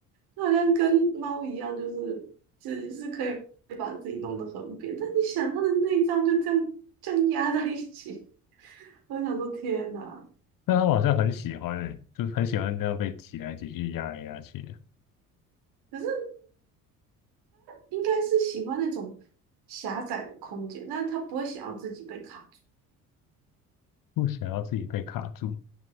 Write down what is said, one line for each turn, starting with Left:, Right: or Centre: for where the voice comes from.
Right: 它好像跟猫一样，就是只是可以把自己弄得很扁，但你想它的内脏就这样这样压在一起，<laughs> 我就想说天哪！
Left: 但它好像很喜欢诶，就是很喜欢这样被挤来挤去、压来压去的，
Right: 可是应该是喜欢那种狭窄的空间，但是它不会想要自己被卡住。
Left: 不想要自己被卡住。